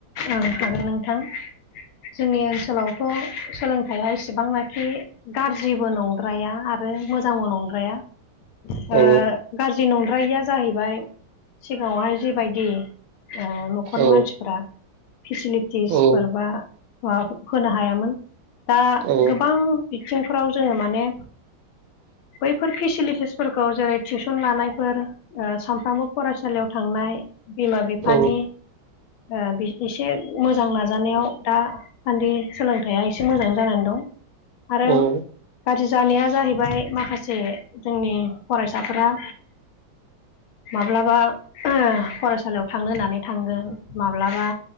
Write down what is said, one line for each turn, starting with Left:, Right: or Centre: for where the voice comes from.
Left: ओं हागोन नोंथां जोंनि ओनसोलावथ सोलोंथाइया एसेबांनाखि गाज्रिबो नंद्राया आरो मोजांबो नंद्राया
Right: औ
Left: ओ गाज्रि नंद्रायैया जाहैबाय सिगाङावहाय जिबायदि ओ न'खरनि
Right: औ
Left: मानसि फेसिलिटिसफोर
Right: औ
Left: बा माबा होनो हायामोन दा
Right: औ
Left: गोबां बिथिंफ्राव जोङो माने बैफोर फेसिलिटिसफोरखौ जेरै टिउसन लानायफोर ओ सामफ्रामबो फरायसालियाव थांनाय बिमा बिफानि
Right: औ
Left: ओ बिस एसे मोजां नाजानायाव दा सान्दि सोलोंथाइया एसे मोजां जानानै दं आरो
Right: औ
Left: गाज्रि जानाया जाहैबाय माखासे जोंनि फरायसाफोरा माब्लाबा फरायसालियाव थांनो होननानै थांगोन माब्लाबा